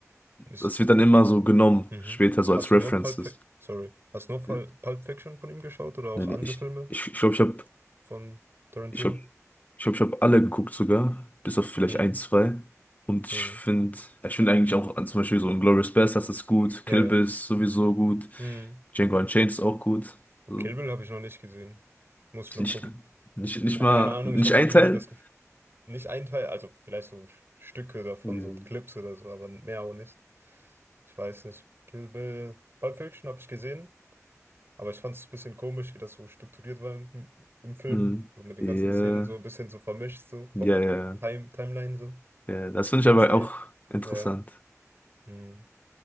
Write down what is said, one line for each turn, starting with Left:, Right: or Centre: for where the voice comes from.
Right: Ist,
Left: das wird dann immer so genommen,
Right: mhm.
Left: später so
Right: Hast
Left: als
Right: du
Left: References.
Right: nur Pulp Fiction, sorry, hast du nur Pul-
Left: Nee,
Right: Pulp Fiction von ihm geschaut oder auch
Left: nee,
Right: andere
Left: ich
Right: Filme
Left: glaube, ich, ich, glaub, ich habe
Right: von Tarantino?
Left: Ich habe ich hab, ich hab alle geguckt sogar, bis auf vielleicht
Right: Mhm.
Left: ein, zwei. Und ich
Right: Ja,
Left: finde,
Right: ja.
Left: ich finde eigentlich auch an- zum Beispiel so Inglourious Basterds ist gut,
Right: Ja,
Left: Kill
Right: ja.
Left: Bill ist sowieso gut,
Right: Mhm.
Left: Django Unchained
Right: Bo
Left: ist auch gut.
Right: Bo
Left: So,
Right: Kill Bill habe ich noch nicht gesehen. Muss ich noch
Left: nicht,
Right: gucken.
Left: nicht, nicht
Right: Ja,
Left: mal,
Right: keine Ahnung,
Left: nicht
Right: ich hatte
Left: ein
Right: nie
Left: Teil.
Right: das Gefühl, Nicht ein Teil, also vielleicht so Stücke davon,
Left: Ähm,
Right: so Clips oder so, aber mehr auch nicht. Ich weiß nicht. Kill Bill, Pulp Fiction habe ich gesehen, aber ich fand es ein bisschen komisch, wie das so strukturiert war im, im Film.
Left: Hm.
Right: So mit den
Left: Ja,
Right: ganzen Szenen so ein bisschen so vermischt, so vom
Left: ja, ja,
Right: Time, Timeline so, von
Left: ja. Das finde ich
Right: der
Left: aber
Right: Zeit.
Left: auch interessant.
Right: Ja, ja. Hm.